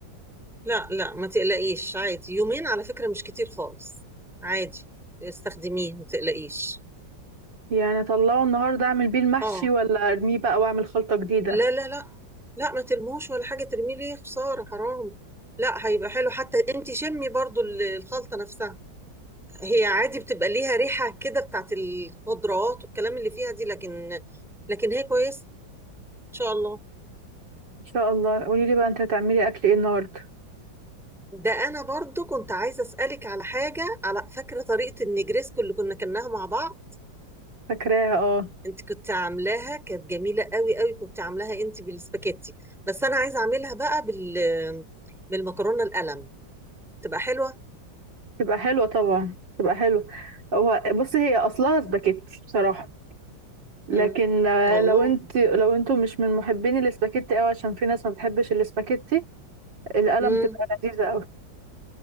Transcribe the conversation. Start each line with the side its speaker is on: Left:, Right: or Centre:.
Centre: لا لا ما تقلقيش عادي يومين على فكرة مش كتير خالص عادي استخدميه ما تقلقيش
Right: يعني اطلعه النهارده اعمل بيه المحشي
Centre: اه
Right: ولا ارميه بقى واعمل خلطة جديدة
Centre: لا لا لا لا ما ترموش ولا حاجة ترميه ليه خسارة حرام لا هيبقى حلو حتى انت شمي برضو ال- الخلطة نفسها هي عادي بتبقى ليها ريحة كده بتاعت الخضروات والكلام اللي فيها دي لكن لكن هي كويس ان شاء الله
Right: ان شاء الله قولي لي بقى انت هتعملي اكل ايه النهارده
Centre: ده انا برضو كنت عايزة اسألك على حاجة على فاكرة طريقة النجريسكو اللي كنا كناها مع بعض
Right: فاكراها اه
Centre: انت كنت عاملاها كانت جميلة قوي قوي كنت عاملاها انت بالسباكيتي بس انا عايزة اعملها بقى بال بالمكرونة القلم تبقى حلوة
Right: تبقى حلوة طبعا تبقى حلوة هو بصي هي اصلها سباكيتي بصراحة لكن
Centre: مم.
Right: آه،
Centre: والله
Right: لو انت لو انتم مش من محبين الاسباجيتي قوي عشان في ناس ما بتحبش الاسباجيتي القلم
Centre: مم.
Right: تبقى لذيذة قوي